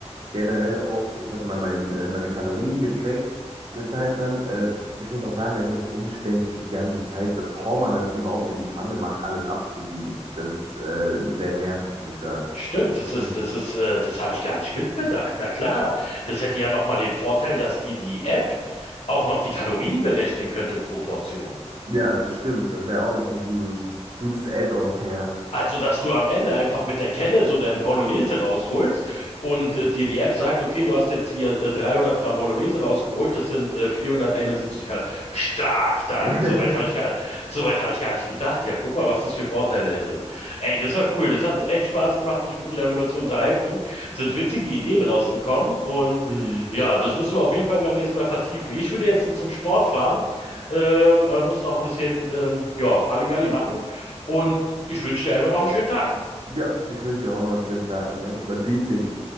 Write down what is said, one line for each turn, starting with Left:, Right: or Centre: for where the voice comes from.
Right: generell auch, ich hatte mal mein, äh, meine Kalorien getrackt eine Zeit lang. Äh, ich muss auch sagen, es ist umständlich, die ganze Zeit, bevor man das überhaupt in die Pfanne macht, alles abzuwiegen. Das ist äh, sehr nervig, muss ich sagen.
Left: Stimmt, das ist,
Right: Hm.
Left: das ist, äh, das habe ich gar nicht mitbedacht. Na klar, das hätte ja nochmal den Vorteil, dass dir die App auch noch die Kalorien berechnen könnte pro Portion.
Right: Ja, das stimmt. Das wäre auch noch ein gu gutes Add-on, ja.
Left: Also, dass du am Ende einfach mit der Kelle so deine Bolognese rausholst und äh, dir die App sagt, okay, du hast jetzt hier äh, 300 Gramm Bolognese rausgeholt, das sind äh, 471 Kalorien. Stark, da,
Right: <laughs>
Left: soweit habe ich gar, soweit habe ich gar nicht gedacht. Ja, guck mal, was das für Vorteile hätte. Ey, das war cool. Das hat echt Spaß gemacht, mich mit dir darüber zu unterhalten. Sind witzige Ideen rausgekommen und
Right: Mhm.
Left: ja, das müssen wir auf jeden Fall beim nächsten Mal vertiefen. Ich würde jetzt so zum Sport fahren, ähm, äh, muss noch ein bisschen, ähm, ja, Halligalli machen. Und ich wünsche dir einfach noch einen schönen Tag.
Right: Ja, ich wünsche dir auch noch einen schönen Tag, ne? Man sieht sich.